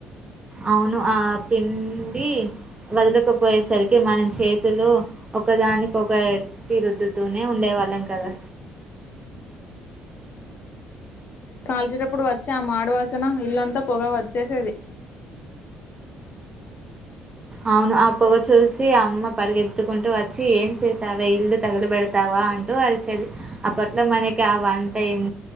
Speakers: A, on the right; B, on the left.
A: అవును ఆ పిండి వదులకపోయేసరికి మనం చేతిలో ఒకదానికి ఒకటి రుద్దుతూనే ఉండేవాళ్ళం కదా
B: కాల్చేటప్పుడు వచ్చి ఆ మాడు వాసన ఇల్లంతా పొగ వచ్చేసేది
A: అవును ఆ పొగ చూసి అమ్మ పరిగెత్దుకుంటూ వచ్చి ఏం చేసావె ఇల్లు తగల పెడతావా అంటూ అరిచేది అప్పట్లో మనకి ఆ వంట ఎం